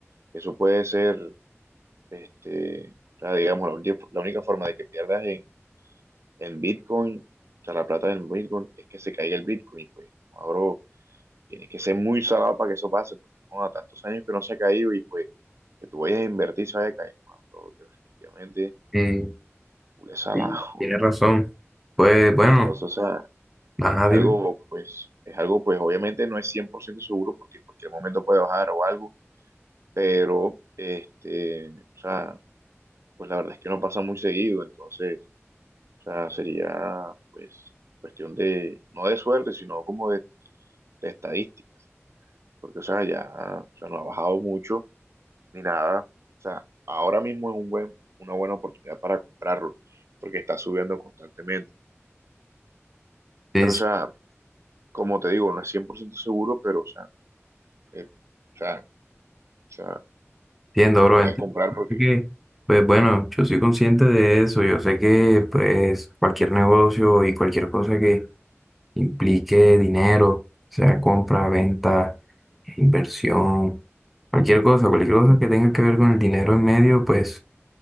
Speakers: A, on the right; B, in the centre.
A: eso puede ser, este, o sea, digamos, la, ulti- la única forma de que pierdas en, en Bitcoin, o sea, la plata en Bitcoin, es que se caiga el Bitcoin, pues, ahora tiene que ser muy salado para que eso pase, porque bueno, tantos años que no se ha caído y pues que tú vayas a invertir se vaya a caer, mano, bro, definitivamente,
B: Eh,
A: es salado.
B: sí, tienes
A: <laughs>
B: razón. Pues bueno,
A: Entonces, o sea,
B: ajá,
A: es
B: dime.
A: algo, pues, es algo, pues, obviamente no es 100% seguro porque en cualquier momento puede bajar o algo, pero, este, o sea, pues la verdad es que no pasa muy seguido, entonces, o sea, sería, pues, cuestión de, no de suerte, sino como de estadísticas, porque, o sea, ya, o sea, no ha bajado mucho ni nada. O sea, ahora mismo es un buen, una buena oportunidad para comprarlo, porque está subiendo constantemente.
B: Sí,
A: Pero,
B: sí.
A: o sea, como te digo, no es 100% seguro, pero, o sea, eh, o sea, o sea,
B: Entiendo,
A: se
B: bro.
A: puede
B: entiendo
A: comprar porque,
B: que, pues bueno, yo soy consciente de eso. Yo sé que, pues, cualquier negocio y cualquier cosa que implique dinero, sea compra, venta, inversión, cualquier cosa, cualquier cosa que tenga que ver con el dinero en medio, pues,